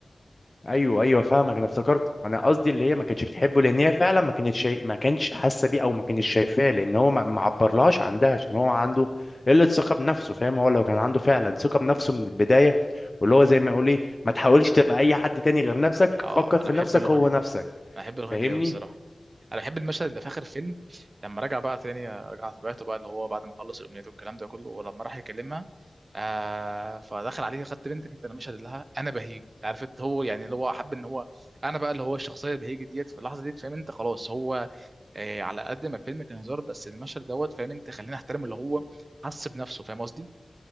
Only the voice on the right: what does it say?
اه
انا بحب
الاغنيه
انا بحب الاغنيه
دي قوي الصراحه انا بحب المشهد اللي في اخر الفيلم لما رجع بقى تاني رجع طبيعته بقى اللي هو بعد ما خلص الامنيات والكلام ده كله ولما راح يكلمها آه فدخل عليه خدت بنتك انت انا مش هديلها لها انا بهيج عارف انت هو يعني اللي هو حب ان هو انا بقى اللي هو الشخصيه البهيج ديت في اللحظه ديت فاهم انت خلاص هو آه على قد ما الفيلم كان هزار بس المشهد دوت فاهم انت خلينا احترم اللي هو حس بنفسه فاهم قصدي